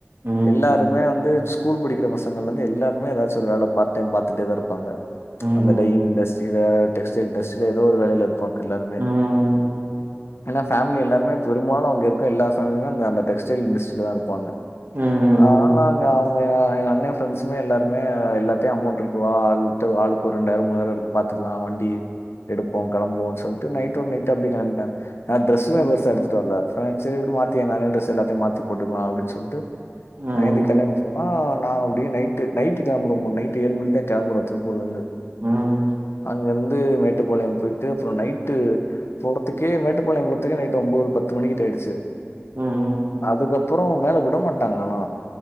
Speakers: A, on the right (about 55°); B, on the left (about 75°).
A: ம் ம்
B: எல்லாருமே வந்து ஸ்கூல் படிக்கிற பசங்கள்ல இருந்து எல்லாருமே எதாச்சு ஒரு வேல பார்ட் டைம் பாத்துட்டே தா இருப்பாங்க
A: ம்
B: அந்த டையிங் இன்டஸ்ட்ரில டெக்ஸ்டைல் டெக்ஸ்டைல ஏதோ ஒரு வேலைல இருப்பாங் எல்லாருமே
A: ம்
B: ஏனா ஃபேமிலி எல்லாருமே பெரும்பாலு அங்க இருக்க எல்லா ஃபேமிலியுமே அந்த அந்த டெக்ஸ்டைல் இண்டஸ்ட்ரில தான் இருப்பாங்க
A: ம் ம்
B: அதனால அங்க அவுங்க எங்க அண்ண ஃப்ரெண்ட்ஸுமே எல்லாரு மே எல்லாத்தியு அமௌண்ட் இருக்கு வா ஆளுகிட்ட ஆளுக்கொரு ரெண்டாயிரோ மூவாயிரூவா இருக்கு பாத்துக்கலா வண்டி எடுப்போ கெளம்புவோன் சொல்ட்டு நைட்டோட நைட்டா அப்டே கெளம்பிட்டாங்க நா ட்ரெசெல்லா
A: ம்
B: பெருசா எடுத்துட்டு வர்ல ஃப்ரெண் சேரி விடு மாத்திங்க ஏன் அண்ணன் ட்ரெஸ் எல்லாத்தையும் மாத்தி போட்டுக்கலாம் அப்டினு சொல்ட்டு
A: ம்
B: அங்கிருந்து கெளம்பி போனா நா அப்டே நைட்டு நைட்டு கெளம்புறோமோ நைட்டு ஏழு மணி தான் கெம்புறோ திருப்பூர்ல இருந்து
A: ம் ம்
B: அங்கிந்து மேட்டுப்பாளையம் போயிட்டு அப்புறோ நைட் ட்டு போறத்துக்கே மேட்டுப்பாளையம் போறத்துக்கே நைட் ஒம்போது பத்து மணிகிட்ட ஆயிடுச்சு
A: ம் ம் ம் ம் ம்
B: அதுக்கப்புறோ மேல விட மாட்டாங்க ஆனா